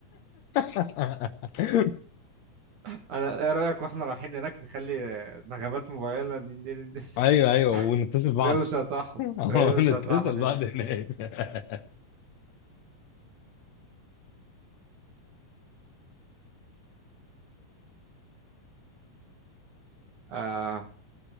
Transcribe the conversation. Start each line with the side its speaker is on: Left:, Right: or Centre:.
Left: <laughs>
Right: انا ايه رايك واحنا رايحين هناك نخلي نغمات موبايلنا دين دين دين
Left: ايوه ايوه ونتصل
Right: <laughs>
Left: بعض
Right: روشه طحن
Left: <laughs>
Right: روشه
Left: نتصل
Right: طحن
Left: بعض هناك <laughs>
Right: آه